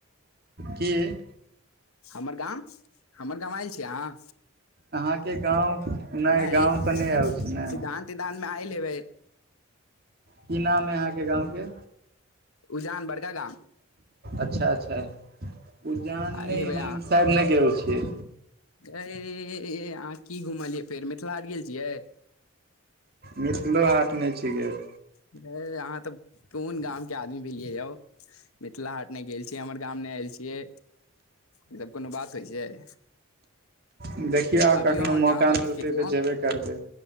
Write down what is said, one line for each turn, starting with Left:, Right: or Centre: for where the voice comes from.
Right: कीऽ
Left: हमर गाम। हमर गाम आयल छी अहाँ
Right: अहाँके गाँव नहि
Left: नय
Right: गाँव तऽ नहि आयल छी ने
Left: सिधांत सिधांत मे आयल हैवे
Right: की नाम है अहाँके गाँंवके
Left: उजान बड़का गाँव
Right: अच्छा अच्छा उजान
Left: आयल
Right: नैय
Left: हेबै
Right: हमब नैय गेल छि
Left: एऽऽअहाँ की घुमलियै फेर मिथिला हाट गेल छियै
Right: मिथिलो हाट नैय छी गेल
Left: भैऽ ऐअहाँ त कोन गामके आदमी भेलियै यौ मिथिला हाट नैय गेल छियै हमर गाम नैय आएल छियै ई सब कोनो बात होइ छैय
Right: देखियौ आब
Left: अबियौ
Right: कखनो
Left: हमर
Right: मौका
Left: गाँव कवो
Right: मिलतै
Left: कखनो
Right: तऽ जेबे करबै